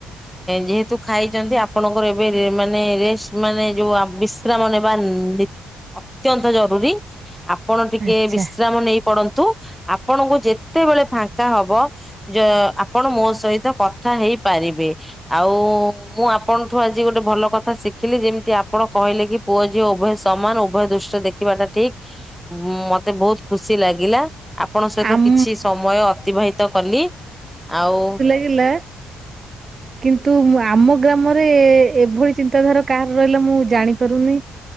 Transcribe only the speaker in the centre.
ଯେହେତୁ ଖାଇଚନ୍ତି ଆପଣଙ୍କର ଏବେ ମାନେ ରେସ୍ ମାନେ ଯୋଉ ବିଶ୍ରାମ ନେବା ନି ଅତ୍ୟନ୍ତ ଜରୁରୀ ଆପଣ ଟିକେ
ବିଶ୍ରାମ ନେଇ କରନ୍ତୁ ଆପଣଙ୍କୁ ଯେତେବେଳେ ଫାଙ୍କା ହବ ଯ ଆପଣ ମୋ ସହିତ କଥା ହେଇପାରିବେ ଆଉ ମୁଁ ଆପଣଙ୍କଠୁ ଆଜି ଗୋଟେ ଭଲ କଥା ଶିଖିଲି ଯେମିତି ଆପଣ କହିଲେ କି ପୁଅ ଝିଅ ଉଭୟ ସମାନ ଉଭୟ ଦୃଷ୍ଟିରେ ଦେଖ ଦେଖିବା ଟା ଠିକ। ମୋତେ ବହୁତ ଖୁସି ଲାଗିଲା। ଆପଣଙ୍କ ସହିତ
କିଛି ସମୟ ଅତିବାହିତ କଲି। ଆଉ
ହଁ